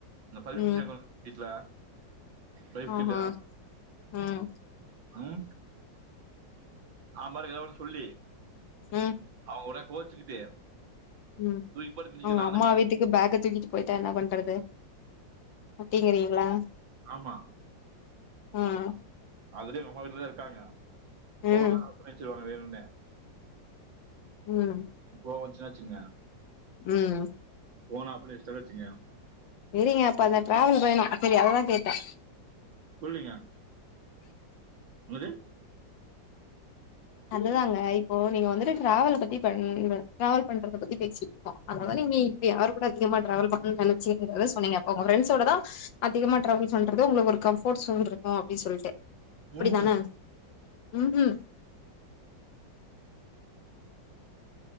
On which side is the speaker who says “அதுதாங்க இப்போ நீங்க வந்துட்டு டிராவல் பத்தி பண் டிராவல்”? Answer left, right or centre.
Left